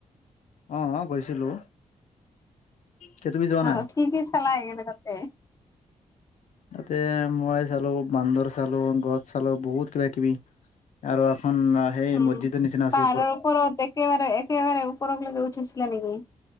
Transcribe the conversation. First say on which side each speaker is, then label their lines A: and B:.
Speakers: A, on the left; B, on the left.
A: অহ গৈছিলো কে তুমি যোৱা
B: অ
A: নাই
B: কি কি চালা আহি কিনে তাতে
A: তাতে মোৱাই চালো বান্দৰ চালো গছ চালো বহুত কিবা কিবি আৰু এখন সেই
B: উম
A: মছজিদৰ নিচিনা আছে
B: পাহাৰৰ ওপৰত একেবাৰে একেবাৰে ওপৰৰ লেকে উঠিছিলা নেকি